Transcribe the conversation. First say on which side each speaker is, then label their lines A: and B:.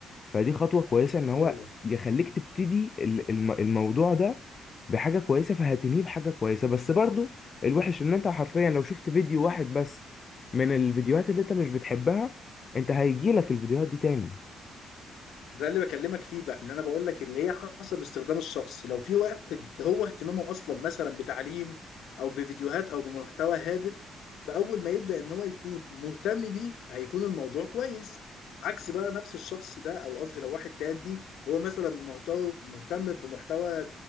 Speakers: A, on the left; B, on the left.
A: فدي خطوه كويسه ان هو
B: ايوه
A: يخليك تبتدي ال- الم- الموضوع ده بحاجه كويسه فهتنهيه بحاجه كويسه بس برضه الوحش ان انت حرفيا لو شفت فيديو واحد بس من الفيديوهات اللي انت مش بتحبها انت هيجيلك الفيديوهات دي تاني
B: ده اللي بكلمك فيه بقى اللي انا بقول لك اللي هي حسب استخدام الشخص لو في واحد هو اهتمامه اصلا مثلا بتعليم او بفيديوهات او بمحتوى هادف باول ما يبدا ان هو يكون مهتم بيه هيكون الموضوع كويس عكس بقى نفس الشخص ده او قصدي لو واحد تاني هو مثلا مهتم مهتم بمحتوى